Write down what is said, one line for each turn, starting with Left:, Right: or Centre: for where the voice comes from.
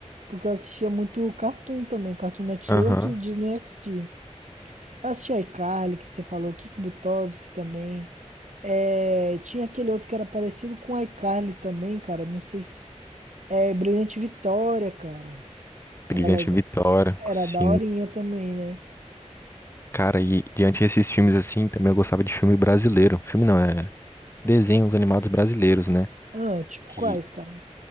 Right: Porque eu assistia muito Cartoon também, Cartoon Network
Left: Aham.
Right: e Disney XD. Assisti a iCarly, que você falou, Kik Butovski também. É, tinha aquele outro que era parecido com a iCarly também, cara. Não sei se. É, Brilhante Vitória, cara. Era
Left: Brilhante
Right: legal.
Left: Vitória,
Right: Era
Left: sim.
Right: daorinha também, né?
Left: Cara, e diante desses filmes assim, também eu gostava de filme brasileiro. Filme não, é desenhos animados brasileiros, né?
Right: Ah, tipo
Left: Que,
Right: quais, cara?